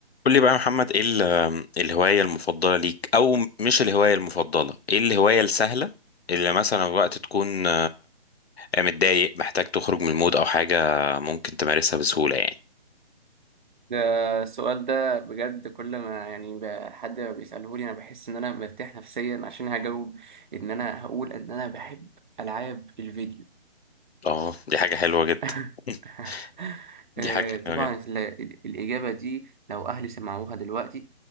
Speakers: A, on the left; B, on the right.
A: قول لي بقى يا محمد ايه ال- الهواية المفضلة ليك او مش الهواية المفضلة ايه الهواية السهلة اللي مثلا وقت تكون متضايق محتاج تخرج من المود او حاجة ممكن تمارسها بسهولة يعني
B: ده السؤال ده بجد كل ما يعني ب- حد ما بيسألهولي أنا بحس إن أنا مرتاح نفسيا عشان هجاوب إن أنا هقول إن أنا بحب ألعاب الفيديو
A: اه دي حاجة حلوة جدا
B: <laughs>
A: <laughs> دي
B: آه،
A: حاجة
B: طبعا
A: حلوة جدا
B: ال- ال- الإجابة دي لو أهلي سمعوها دلوقتي